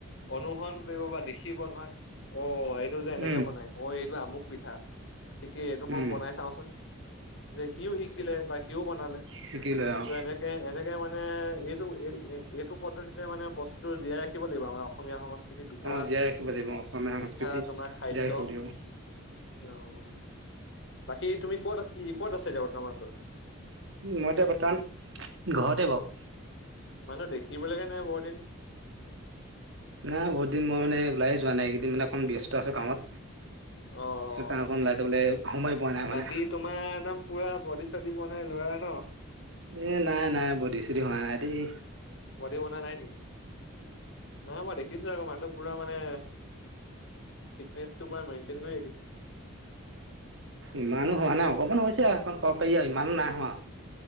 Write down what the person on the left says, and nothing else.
অনুসৰণ কৰিব বা দেখিব তোমাৰ অ' কেও যে এনেকে
বনাই অ' এইটো আমুক পিঠা, ঠিকেই এইটো মই
বনাই চাওঁচোন। যে সিও শিকিলে বা সিও বনালে।
ত এনেকে এনেকে মানে এইটো এই-এই এইটো পদ্ধতিতে মানে বস্তুটো ৰাখিব লাগিব আমাৰ অসমীয়া সংস্কৃ কিতিৰ পিঠা,
পিঠা
তোমাৰ খাদ্য
অ', বাকী তুমি ক'ত কি ক'ত আছা এতিয়া বৰ্তমানটো?
মানুহ দেখিবলৈকে নাই বহুত দিন।
অ
বাকী
তোমাৰ একদম পুৰা বডি চডি বনাই ল'ৰা ন'?
বডি বনোৱা নাই নি, নহয় মই দে দেখিছোঁ আকৌ মানুহটো পুৰা মানে ফিটনেচটো পুৰা মেইনটেইন কৰি ৰাখিছ।